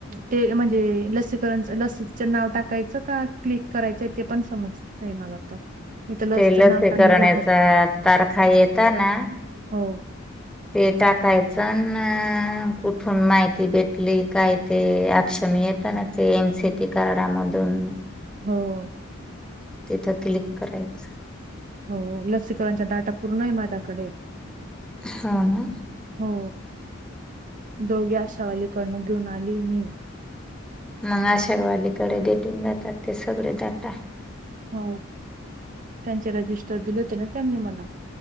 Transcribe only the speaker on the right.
ते म्हणजे लसीकरणच लसीचं नाव टाकायचं का क्लिक करायचं ते पण समजत नाही मला तर मी तर लसचं
नाव टाकलं
हो
हो.
हो. लसीकरणच्या डाटा पूर्णये माझ्याकडे.
हो.. दोघे आश्यावालि कडन घेऊन आली मी.
हो त्यांच्याला दुष्ट जुल केल. त्यांनी मला.